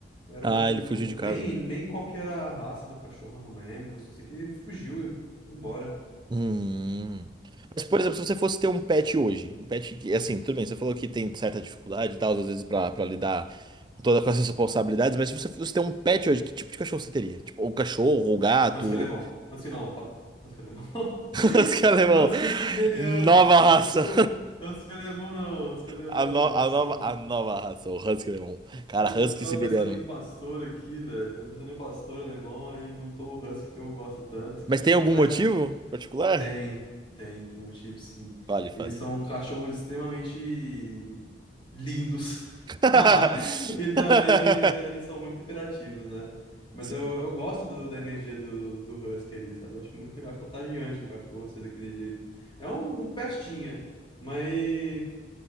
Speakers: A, on the left; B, on the right.
A: Era
B: Ah,
A: um.
B: ele fugiu de
A: Nem,
B: casa.
A: nem qual que era a raça do cachorro, eu não lembro. Só sei que ele fugiu e foi embora.
B: Hum. Mas, por exemplo, se você fosse ter um pet hoje,
A: né?
B: um pet que, assim, tudo bem, você falou que tem certa dificuldade e tal, às vezes pra, pra lidar com todas com essas responsabilidades, mas se você fosse ter um pet hoje, que tipo de cachorro você teria? Tipo, ou cachorro, ou gato,
A: Husky alemão. Husky não, pa- Husky alemão. <laughs>
B: <laughs> os que é
A: Um
B: alemão,
A: husky siberiano.
B: nova raça.
A: Desculpa. Husky alemão não, husky alemão
B: A, no-
A: não,
B: a
A: desculpa.
B: nova, a nova raça, o Husky Alemão. Cara,
A: Eu
B: Husky
A: tava
B: Siberiano.
A: pensando em pastor aqui, velho. Eu pensando em pastor alemão, aí juntou o husky que eu gosto tanto.
B: Mas tem algum
A: Cara,
B: motivo
A: é,
B: particular?
A: Tem, tem, tem motivo, sim.
B: Fale, fale.
A: Eles são cachorros extremamente lindos.
B: <laughs>
A: <laughs> E também eh, eles são muito imperativos, né? Mas
B: Sim.
A: eu, eu gosto do- da energia do, do Husky ali, sabe? Eu acho muito legal, acho contagiante o cachorro ser daquele jeito. É um, um pestinha, mas